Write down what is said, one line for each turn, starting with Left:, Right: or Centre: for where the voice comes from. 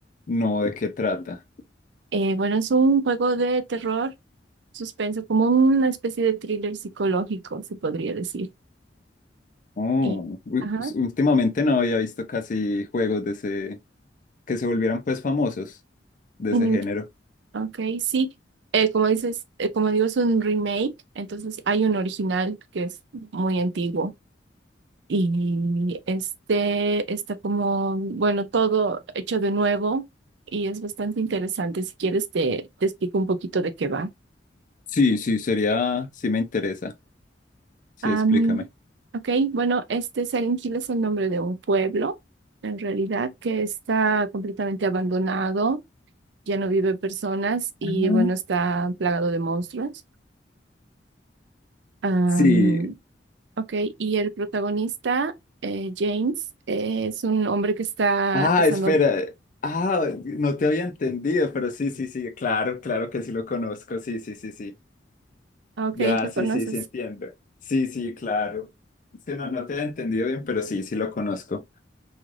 Left: No, ¿de qué trata?
Right: Eh, bueno, es un juego de terror, suspenso, como una especie de thriller psicológico, se podría decir.
Left: Oh,
Right: Y,
Left: u-
Right: ajá,
Left: us- últimamente no había visto casi juegos de ese, que se volvieran pues famosos de
Right: mm,
Left: ese género.
Right: ok, sí. Eh, como dices, eh, como digo, es un remake, entonces hay un original que es muy antiguo. Y este está como, bueno, todo hecho de nuevo y es bastante interesante. Si quieres, te, te explico un poquito de qué va.
Left: Sí, sí, sería, sí me interesa. Sí,
Right: Am,
Left: explícame.
Right: ok, bueno, este Silent Hill es el nombre de un pueblo, en realidad, que está completamente abandonado, ya no vive personas y
Left: Ah.
Right: bueno, está plagado de monstruos. Am,
Left: Sí.
Right: ok, y el protagonista, eh, James, eh, es un hombre que está
Left: Ah,
Right: pasando...
Left: espera. Ah, no te había entendido, pero sí, sí, sí, claro, claro que sí lo conozco. Sí, sí, sí, sí.
Right: Ah, Ok,
Left: Ya,
Right: lo
Left: sí,
Right: conoces.
Left: sí, sí, entiendo. Sí, sí, claro. Es que no, no te he entendido bien, pero sí, sí lo conozco.